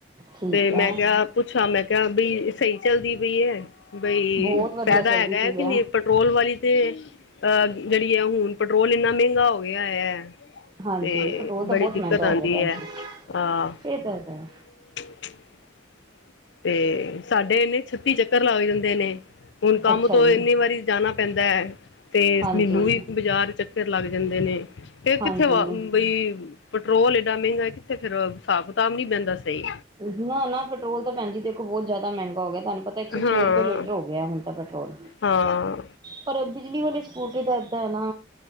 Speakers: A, on the right; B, on the left.
A: ਠੀਕ
B: ਤੇ
A: ਹੈ
B: ਮੈਂ ਕਿਹਾ ਪੁੱਛਾਂ ਮੈਂ ਕਿਹਾ ਬਈ ਸਹੀ ਚੱਲਦੀ ਪਈ ਹੈ ਬਈ
A: ਬਹੁਤ ਵਧੀਆ
B: ਫਾਇਦਾ
A: ਚੱਲਦੀ
B: ਹੈਗਾ ਹੈ
A: ਪਈ
B: ਕਿ ਨਹੀਂ ਪੈਟਰੋਲ ਵਾਲੀ ਤੇ ਅਹ ਜਿਹੜੀ ਆ ਹੁਣ ਪੈਟਰੋਲ ਇੰਨਾ ਮਹਿੰਗਾ ਹੋ ਗਿਆ ਹੈ
A: ਹਾਂਜੀ
B: ਤੇ
A: ਪੈਟਰੋਲ ਤਾਂ
B: ਬੜੀ
A: ਬਹੁਤ
B: ਦਿੱਕਤ
A: ਮਹਿੰਗਾ
B: ਆਉਂਦੀ
A: ਹੋ ਗਿਆ ਭੈਣ
B: ਹੈ
A: ਜੀ
B: ਹਾਂ
A: ਇਹ ਤਾਂ
B: <unintelligible>
A: ਹੈਗਾ
B: ਤੇ ਸਾਡੇ ਇੰਨੇ ਛੱਤੀ ਚੱਕਰ ਲੱਗ ਜਾਂਦੇ ਨੇ ਹੁਣ ਕੰਮ
A: ਅੱਛਾ
B: ਤੋਂ
A: ਜੀ
B: ਇੰਨੀ ਵਾਰੀ ਜਾਣਾ ਪੈਂਦਾ ਹੈ ਤੇ
A: ਹਾਂਜੀ
B: ਮੈਨੂੰ ਵੀ ਬਾਜ਼ਾਰ ਚੱਕਰ ਲੱਗ ਜਾਂਦੇ ਨੇ ਤੇ
A: ਹਾਂਜੀ
B: ਕਿੱਥੇ ਵ ਬਈ ਪੈਟਰੋਲ ਏਡਾ ਮਹਿੰਗਾ ਕਿੱਥੇ ਫੇਰ ਹਿਸਾਬ ਕਿਤਾਬ ਨਹੀਂੀ ਬਹਿੰਦਾ ਸਹੀ
A: ਨਾ ਨਾ ਪੈਟਰੋਲ ਤਾਂ ਭੈਣਜੀ ਦੇਖ ਬਹੁਤ ਜ਼ਿਆਦਾ ਮਹਿੰਗਾ ਹੋ ਗਿਆ ਤੁਹਾਨੂੰ ਪਤਾ ਇੱਕ ਸੌ
B: ਹਾਂ
A: ਛੇ ਰੁਪਏ ਲੀਟਰ ਹੋ ਗਿਆ ਹਣ ਪੈਟਰੋਲ
B: ਹਾਂ
A: ਪਰ ਬਿਜਲੀ ਵਾਲੀ ਸਕੂਟਰੀ ਤਾਂ ਇਏਦਾਂ ਹੈ ਨਾ